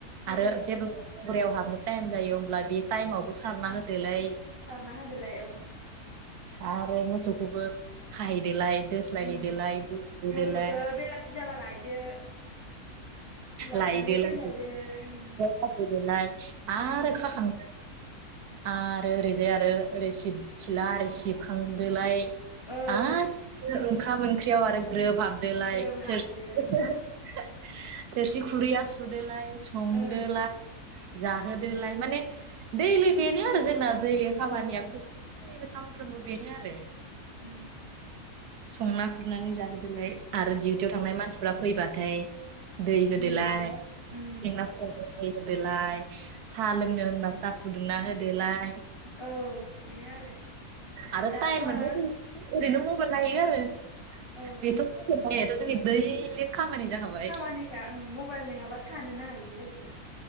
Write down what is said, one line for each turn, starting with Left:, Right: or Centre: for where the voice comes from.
Left: उम
Right: आरो जेब्ला बुरियाव हाबनो टाइम जायो होमब्ला बे टाइमावबो सारना होदोलाय
Left: सारना हो दोलाय औ
Right: आरो मोसौखौबो खाहैदोलाय दोस्लायहैदोलाय
Left: उम
Right: दोहैदोलाय
Left: मोसौखौ बेलासि जाबा लायदो लानानै
Right: लायदोलाय
Left: फैलायदो उम
Right: खाथैदोलाय आरो
Left: ओं
Right: खाखां आरो ओरैजाय आरो ओरै सिब सिला आरि सिबखांदोलाय
Left: औ
Right: आरो ओंखाम ओंख्रियाव आरो ग्रोब हाबदोलाय
Left: ग्रोब हाबदो
Right: थोरसि खुरैया सुदोलाय संदोलाय
Left: ओं
Right: जाहोदोलाय माने दैलि बेनो आरो जोंना दैलिक खामानिया
Left: ओं
Right: <unintelligible> सानफ्रोमबो बेनो आरो
Left: उम
Right: संना खुरनानै जाहोदोलाय आरो डिउटियाव थांनाय मानसिफ्रा फैबाथाय दै होदोलाय
Left: मेङोना
Right: <unintelligible>
Left: उम
Right: दै होदोलाय साहा लोंनो होनबा साह फुदुंना होदोलाय
Left: औ बेनो आरो
Right: आरो
Left: दाथ'
Right: टाइम
Left: आरो
Right: मोनबा जों ओरैनो मबेल नायो आरो
Left: औ
Right: बेथ मावनायाथ' जोंनि दैलि खामानि जाखाबाय
Left: खामानिखा आं मबाइल नङाबा थानोनो हायि बेबायदिखा